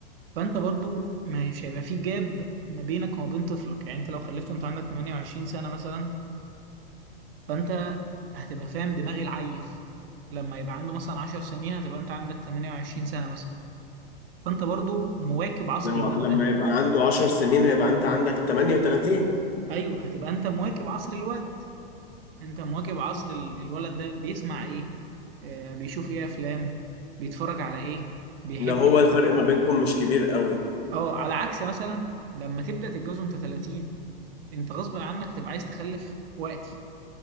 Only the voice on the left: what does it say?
لو
لما
يبقى عنده عشر سنين هيبقى انت عندك 38
لو هو
الفرق
ما بينكم مش كبير قوي